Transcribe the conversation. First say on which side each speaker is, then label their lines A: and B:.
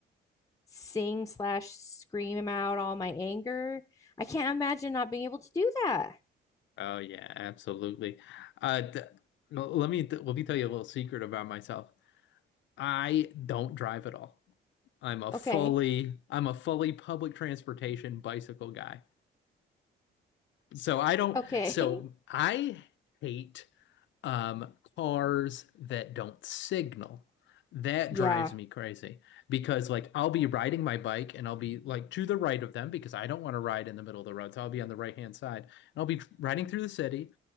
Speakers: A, on the left; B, on the left.
A: sing slash scream out all my anger. I can't imagine not being able to do that.
B: Oh yeah, absolutely. Uh d l- let me let me tell you a little secret about myself. I don't drive at all. I'm a fully
A: Okay.
B: I'm a fully public transportation bicycle guy. So I don't
A: Okay.
B: so
A: <laughs>
B: I hate um cars that don't signal. That
A: Yeah.
B: drives me crazy because like I'll be riding my bike and I'll be like to the right of them because I don't want to ride in the middle of the road. So I'll be on the right-hand side and I'll be riding through the city